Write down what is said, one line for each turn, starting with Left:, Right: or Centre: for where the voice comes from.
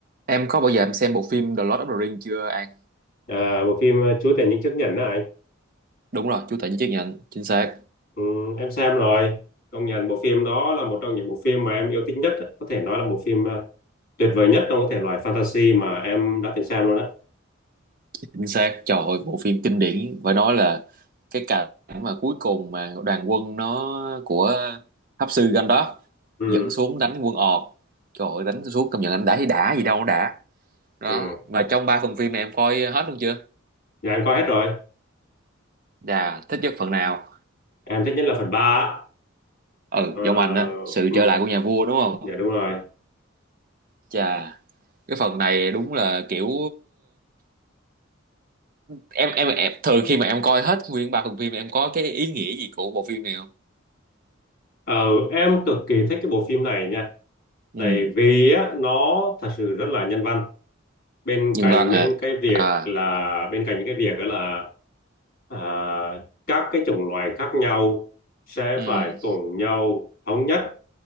Right: Em có bao giờ em xem bộ phim The Lord of the Rings chưa An?
Left: À, bộ phim ờ, Chúa Tể Những Chiếc Nhẫn đó anh
Right: Đúng rồi, chú Tể với chiếc nhẫn, chính xác,
Left: ừ, em xem rồi công nhận bộ phim đó là một trong những bộ phim mà em yêu thích nhất có thể nói là bộ phim ờ, tuyệt vời nhất trong cái thể loại fantasy mà em đã từng xem luôn á
Right: chính xác. Trời ơi, bộ phim kinh điển, phải nói là cái cảnh mà cuối cùng mà đoàn quân nó của Pháp sư Gandalf
Left: ừ,
Right: dẫn xuống đánh quân ọt. Trời ơi, đánh xuống công nhận anh đã thì đã gì đâu nó đã. Đó,
Left: ừ.
Right: mà trong ba phần phim này em coi hết luôn chưa?
Left: Dạ em coi hết rồi
Right: Dạ, thích nhất phần nào?
Left: em thích nhất là phần ba. á
Right: Ừ,
Left: Ờ,
Right: giống anh á sự
Left: ừ,
Right: trở lại của nhà vua đúng không?
Left: dạ đúng rồi
Right: Chà, cái phần này đúng là kiểu em em em thường khi mà em coi hết nguyên ba phần phim em có cái ý nghĩa gì của bộ phim này không
Left: Ờ, em cực kỳ thích cái bộ phim này nha
Right: ừ
Left: tại vì á, nó thật sự rất là nhân văn bên
Right: nhân
Left: cạnh
Right: văn hả
Left: những cái việc
Right: à
Left: là bên cạnh những cái việc đó là à, các cái chủng loài khác nhau sẽ
Right: ừ
Left: phải cùng nhau thống nhất